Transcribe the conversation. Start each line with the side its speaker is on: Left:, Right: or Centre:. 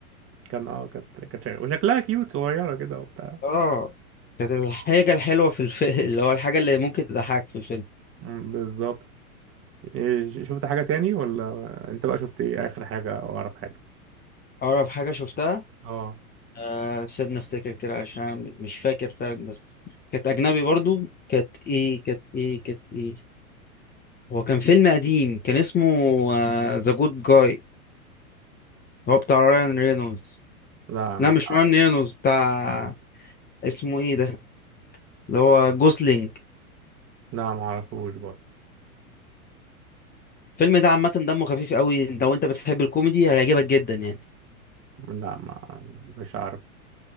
Right: كان اه كانت كانت شكل... وشكلها كيوت صغيرة كده وبتاع
Left: اه كانت الحاجة الحلوة في الفيلم <laughs> اللي هو الحاجة اللي ممكن تضحك في الفيلم
Right: مم، بالظبط إيه، ش- شفت حاجة تاني ولا انت بقى شفت ايه اخر حاجة او اقرب حاجة
Left: أقرب حاجة شفتها
Right: اه
Left: آه سيبني أفتكر كده عشان أنا مش فاكر فعلا بس كانت أجنبي برضو كانت إيه كانت إيه كانت إيه هو كان فيلم قديم كان اسمه ذا جود جاي هو بتاع رايان رينولدز
Right: لا مش
Left: لا مش
Right: عارف
Left: رايان رينولدز بتاع اسمه ايه ده اللي هو جوسلينج
Right: لا ما اعرفوش برضه
Left: الفيلم ده عامة دمه خفيف قوي لو انت بتحب الكوميدي هيعجبك جدا يعني
Right: لا ما مش عارف